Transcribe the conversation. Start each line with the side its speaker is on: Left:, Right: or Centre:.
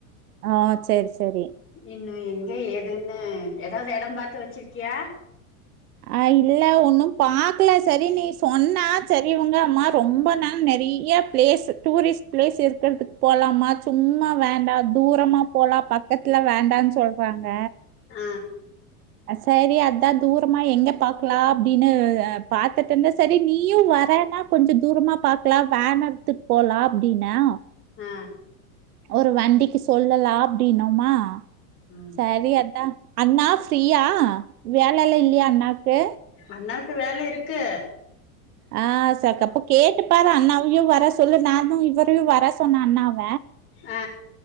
Right: ஆ செரி செரி
Left: இன்னு எங்க எதுன்னு எதாது எடம் பாத்து வெச்சிருக்கியா
Right: அ இல்ல ஒன்னு பாக்கல செரி நீ சொன்னா செரி உங்க அம்மா ரொம்ப நாள் நெறிய ப்ளேஸு டூரிஸ்ட் ப்ளேஸ் இருக்கிறதுக் போலாமா சும்மா வேண்டா தூரமா போலா ப க்கத்துல வேண்டான் சொல்றாங்க
Left: ஆ
Right: செரி அதா தூரமா எங்க பாக்கலா அப்டினு அ பாத்துட் வந்து செரி நீயு வரன்னா கொஞ்ச தூரமா பாக்கலா வேன் எடுத்துட் போலா அப்டின்னா
Left: ஆ
Right: ஒரு வண்டிக்கு சொல்லலா அப்டின்னொமா
Left: ம்
Right: சரி அதா அண்ணா யா வேலெல்லா இல்லியா அண்ணாக்கு
Left: அண்ணாக்கு வேல இருக்கு
Right: ஆ செக்கப்போ கேட்டுப்பாரு அண்ணாவியு வர சொல்லு நானு இவரையு வர சொன்ன அண்ணாவ
Left: ஆ